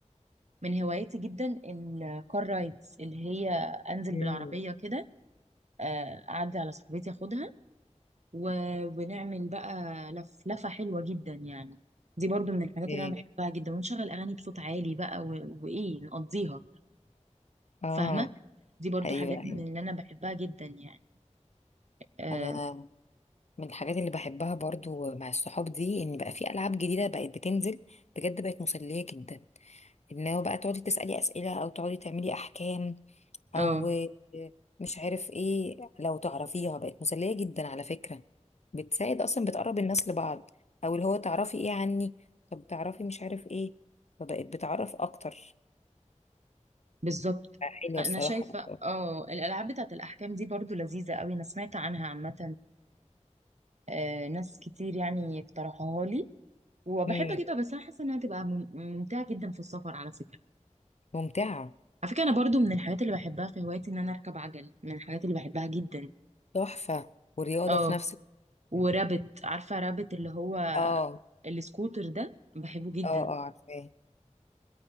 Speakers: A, on the right; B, on the left.
A: من هواياتي جدا الكار رايدز اللي هي انزل
B: مم.
A: بالعربيه كده آه، اعدي على صاحبتي اخدها و... ونعمل بقى لف لفه حلوه جدا يعني دي برضو من الحاجات
B: إيه.
A: اللي انا بحبها جدا ونشغل اغاني بصوت عالي بقى و... وايه نقضيها
B: اه
A: فاهمه دي برضو
B: ايوه
A: حاجات
B: ايوه
A: من اللي انا بحبها جدا يعني اه
B: انا من الحاجات اللي بحبها برضو مع الصحاب دي ان بقى في العاب جديده بقت بتنزل بجد بقت مسليه جدا ان هو بقى تقعدي تسالي اسئله او تقعدي تعملي احكام او
A: آه.
B: مش عارف ايه لو تعرفيها بقت مسليه جدا على فكره بتساعد اصلا بتقرب الناس لبعض او اللي هو تعرفي ايه عني طب تعرفي مش عارف ايه فبقت بتعرف اكتر
A: بالظبط
B: حلوه
A: انا
B: الصراحه
A: شايفه اه الالعاب بتاعه الاحكام دي برضو لذيذه قوي انا سمعت عنها عامه آه، ناس كتير يعني اقترحوها لي وبحب
B: امم
A: اجيبها بس انا حاسه انها تبقى مم- ممتعه جدا في السفر على فكره
B: ممتعه
A: على فكره انا برضو من الحاجات اللي بحبها في هوايتي ان انا اركب عجل من الحاجات اللي بحبها جدا
B: تحفه ورياضه
A: اه
B: في نفس
A: ورابت عارفه رابت اللي هو
B: اه
A: السكوتر ده بحبه جدا
B: اه اه عارفاه